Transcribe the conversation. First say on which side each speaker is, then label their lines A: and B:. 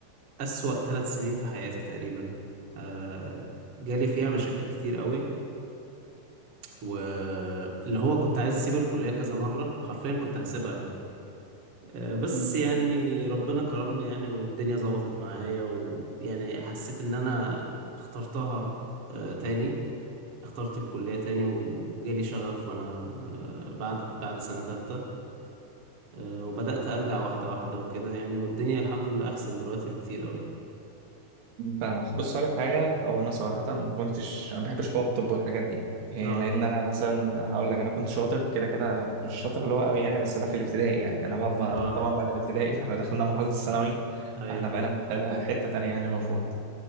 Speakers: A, on the right; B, on the right.
A: أسوأ ثلاث سنين في حياتي تقريبا آه، جالي فيها مشاكل كتير قوي واللي هو كنت عايز أسيب الكلية كذا مرة وحرفيا كنت هسيبها يعني آه، بس
B: مم.
A: يعني ربنا كرمني يعني والدنيا ظبطت معايا ويعني حسيت ان انا اخترتها آه، تاني اخترت الكلية تاني وجالي شغف وانا آه، بعد بعد سنة ثالثة آه، وبدأت ارجع واحدة واحدة وكده يعني والدنيا الحمد لله احسن دلوقتي بكتير قوي
B: فاهمك بص هقولك حاجة هو أنا صراحة ما كنتش أنا ما بحبش حوار الطب والحاجات دي إيه،
A: اه
B: لأن أنا مثلا هقول لك أنا كنت شاطر كده كده مش شاطر اللي هو قوي يعني بس ده في الابتدائي يعني أنا بعد ما
A: اه
B: طبعا بعد الابتدائي فإحنا دخلنا مرحلة الثانوي
A: ايوه
B: فإحنا بقينا في حتة تانية يعني المفروض